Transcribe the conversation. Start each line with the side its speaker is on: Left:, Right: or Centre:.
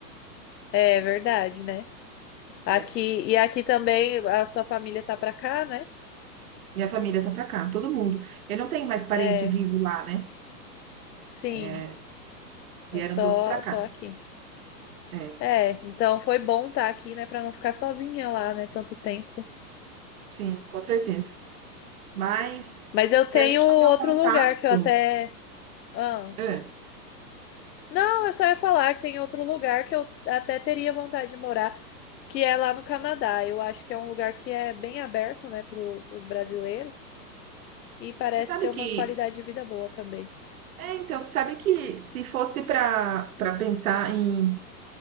Left: É verdade, né? Aqui,
Right: É.
Left: e aqui também a sua família tá pra cá, né?
Right: Minha família tá pra cá, todo mundo. Eu não tenho mais parente
Left: É,
Right: vivo lá, né?
Left: sim.
Right: É, vieram
Left: É só,
Right: todos pra cá.
Left: só aqui.
Right: É,
Left: É, então foi bom estar aqui, né, Pra não ficar sozinha lá, né, tanto tempo.
Right: sim, com certeza. Mas
Left: Mas eu tenho
Right: quero deixar
Left: outro
Right: meu contato.
Left: lugar que eu até. ah,
Right: Hã,
Left: Não, eu só ia falar que tem outro lugar que eu até teria vontade de morar, que é lá no Canadá. Eu acho que é um lugar que é bem aberto, né, pro, pros brasileiros e parece
Right: você sabe
Left: ter
Right: que.
Left: uma qualidade de vida boa também.
Right: É, então, você sabe que se fosse para para pensar em,